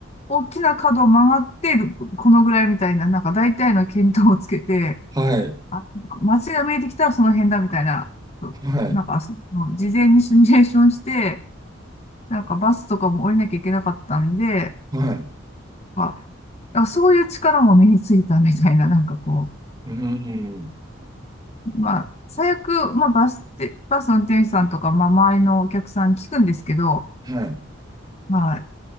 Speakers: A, on the left; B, on the right.
A: 大きな角を曲がって、このぐらいみたいな、なんか大体の見当をつけて、
B: はい。
A: あ、街が見えてきたらその辺だみたいな、
B: はい。
A: なんか、その事前にシミュレーションして、なんかバスとかも降りなきゃいけなかったんで、
B: はい。
A: まあ、だからそういう力も身についたみたいな、なんかこう、
B: うん。
A: まあ、最悪、まあ、バスで、バスの運転手さんとか、まあ、周りのお客さんに聞くんですけど、
B: はい。
A: まあ、